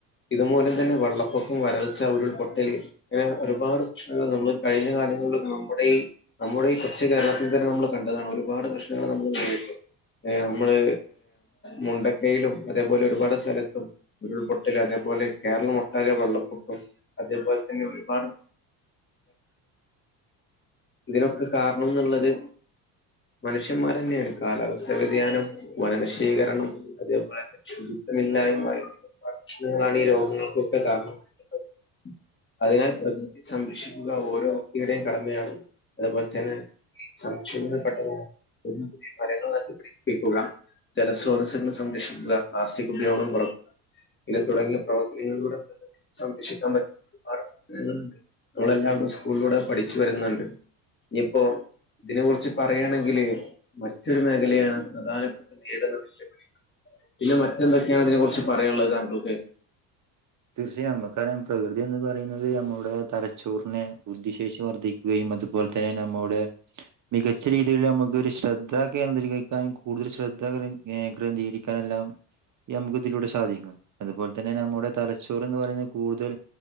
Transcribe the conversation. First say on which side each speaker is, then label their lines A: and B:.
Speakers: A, on the left (about 25°); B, on the right (about 40°).
A: ഇതുമൂല്യം തന്നെ വെള്ളപ്പൊക്കം വരൾച്ച ഉരുൾ പൊട്ടൽ അങ്ങനെ ഒരുപാട് പ്രശ്നങ്ങൾ നമ്മൾ കഴിഞ്ഞ കാലങ്ങള്ല് നമ്മുടെഈ നമ്മുടെ ഈ കൊച്ചുകേ കേരളത്തിൽ തന്നെ നമ്മൾ കണ്ടതാണ് ഒരുപാട് പ്രശ്നങ്ങൾ നമ്മൾ നേരിട്ടു നമ്മള് മുണ്ടക്കയിലും അതേപോലെ ഒരുപാട് സ്ഥലത്തും ഉരുൾപൊട്ടലും അതേപോലെ അത്പോലെ കേരളംമൊട്ടാകെ വെള്ളപ്പൊക്കം അതേപോലെ തന്നെ ഒരുപാട് ഇതിനൊക്കെ കാരണം എന്നുള്ളത് മനുഷ മന്ഷന്മാർ തന്നെയാണ് കാലാവസ്ഥ വ്യതിയാനം വനനിശീകരണം അതേപോലെ തന്നെ ശുചിത്വമില്ലായ്മ വ പ്രശ്നങ്ങളാണ് ഈ രോഗങ്ങൾക്കൊക്കെ കാരണം ശ് അതിനാൽ പ്രകൃ സംരക്ഷിക്കുക ഓരോ വ്യക്തിയുടെയും കടമയാണ് അതുപോലെ തന്നെ സംശയ <unintelligible> പുതിയ പുതിയ മരങ്ങൾ നട്ടുപിടിപ്പിക്കുക ജലസ്രോതസ്സുകൾ സംരക്ഷിക്കുക പ്ലാസ്റ്റിക് ഉപയോഗം കുറയ്ക്കുക പിന്നെ തുടങ്ങിയ പ്രവർത്തനകങ്ങളിലൂടെ സംരക്ഷിക്കാൻ പറ്റുന്ന ഒരുപാട് പ്രവർത്തനങ്ങളുണ്ട് അതെല്ലാം നമ്മൾ സ്കൂളിലൂടെ പഠിച്ചു വരുന്നുണ്ട് ഇനിയിപ്പോ ഇതിനെ കുറിച്ച് പറയയാണെങ്കില് മറ്റൊരു മേഖലയാണ് പ്രധാനപ്പെട്ട നേരിടുന്ന വെല്ലുവിളികൾ പിന്നെ മറ്റെന്തൊക്കെയാണ് അതിനെ കുറിച്ച് പറയാനുള്ളത് താങ്കൾക്ക്
B: തീർച്ചയായ നമ്മു <unintelligible> ഇതന്ന് പറയുന്നത് നമ്മുടെ തലച്ചോറിനെ ബുദ്ധിശേഷി വർദ്ധിക്കുകയും അതുപോലെ തന്നെ നമ്മുടെ മികച്ച രീതിയിൽ നമുക്ക് ഒരു ശ്രദ്ധ കേന്ദ്രീകരിക്കാനും കൂടുതൽ ശ്രദ്ധ കേന്ദ്ര്രീകരിക്കാനും നമുക്ക് ഇതിലൂടെ സാധിക്കും അതുപോലെ തന്നെ നമ്മുടെ തലച്ചോർ എന്ന് പറയുന്ന കൂടുതൽ